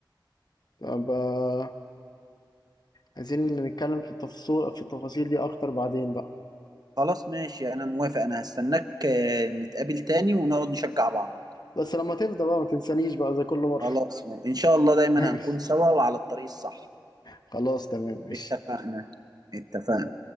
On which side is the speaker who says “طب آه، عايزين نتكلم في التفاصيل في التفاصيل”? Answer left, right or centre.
Left